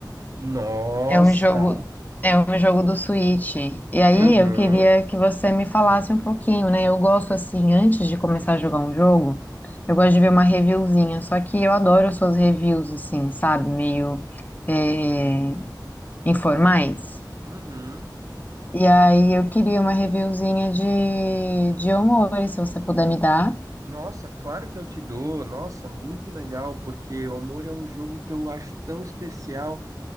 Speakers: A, on the right; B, on the left.
A: Nossa!
B: É um jogo, é um jogo do Switch. E aí
A: Aham.
B: eu queria que você me falasse um pouquinho, né? Eu gosto assim, antes de começar a jogar um jogo, eu gosto de ver uma reviewzinha. Só que eu adoro as suas reviews, assim, sabe? Meio é, informais.
A: Uhum.
B: E aí eu queria uma reviewzinha de, de Omori, se você puder me dar.
A: Nossa, claro que eu te dou. Nossa, muito legal, porque o Amor é um jogo que eu acho tão especial